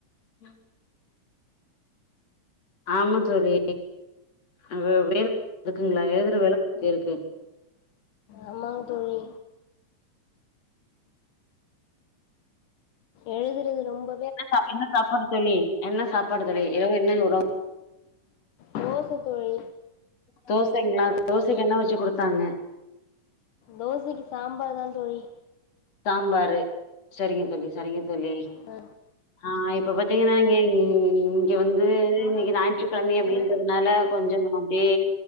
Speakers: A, on the left; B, on the left.
A: ம் ஆமா தோழி எழுதற வேல இருக்குங்களா எழுதற வேல கொஞ்சம் இருக்கு
B: ஆமாங் தோழி எழுதறது ரொம்ப
A: என்ன சாப் என்ன சாப்பாடு தோழி என்ன சாப்பாடு தோழி இரவு என்ன உணவு
B: தோச தோழி
A: தோசைங்களா தோசைக்கு என்ன வச்சி குடுத்தாங்க
B: தோசைக்கு சாம்பார் தா தோழி
A: சாம்பாரு சரிங்க தோழி சரிங்க தோழி
B: ஆ
A: ஆ இப்ப பாத்தீங்கன்னா இங்கே இங்க வந்து
B: நாலாவது
A: இன்னைக்கு ஞாயிற்றுக்கிழமை
B: தானே
A: அப்டின்றதுனால
B: சொல்லிட்டேன்
A: கொஞ்சமா அப்டே